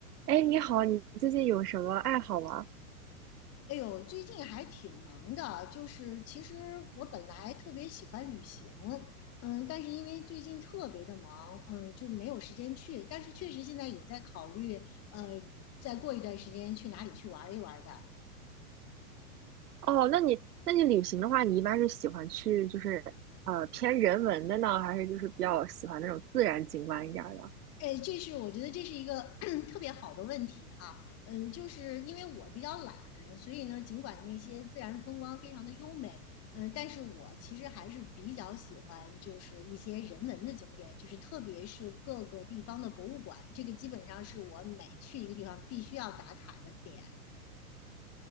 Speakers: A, on the right; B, on the left.
A: 哎，你好，你最近有什么爱好吗？
B: 哎呦，最近还挺忙的，就是其实我本来特别喜欢旅行，嗯，但是因为最近特别的忙，嗯，就没有时间去。但是确实现在有在考虑，呃，再过一段时间去哪里去玩一玩的。
A: 哦，那你那你旅行的话，你一般是喜欢去就是呃偏人文的呢，还是就是比较喜欢那种自然景观一点儿的？
B: 哎，这是我觉得这是一个 <clears throat> <coughs> 特别好的问题哈。嗯，就是因为我比较懒，所以呢，尽管那些自然风光非常的优美，嗯，但是我其实还是比较喜欢就是一些人文的景点，就是特别是各个地方的博物馆，这个基本上是我每去一个地方必须要打卡的点。